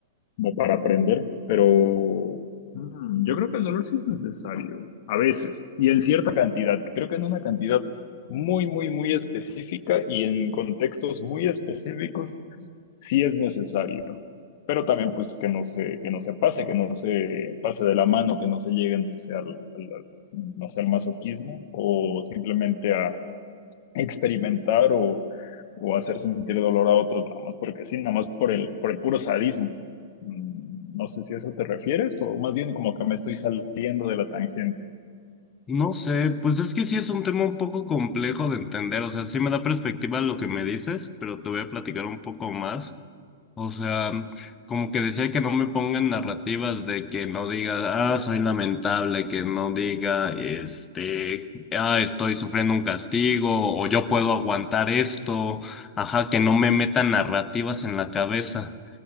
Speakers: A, on the left; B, on the left.
A: como para aprender, pero Mm, yo creo que el dolor sí es necesario, a veces, y en cierta cantidad. Creo que en una cantidad muy, muy, muy específica y en contextos muy específicos sí es necesario. Pero también, pues, que no se, que no se pase, que no se pase de la mano, que no se llegue, no sé, al, al- al- no sé, al masoquismo o simplemente experimentar o, o hacer sentir dolor a otros, nada más porque sí, nada más por el, por el puro sadismo. Mm, No sé si a eso te refieres o más bien como que me estoy saliendo de la tangente.
B: No sé, pues es que sí es un tema un poco complejo de entender, o sea, sí me da perspectiva lo que me dices, pero te voy a platicar un poco más. O sea, como que decía que no me pongan narrativas de que no diga, ah, soy lamentable, que no diga, este, ah, estoy sufriendo un castigo, o yo puedo aguantar esto, ajá, que no me metan narrativas en la cabeza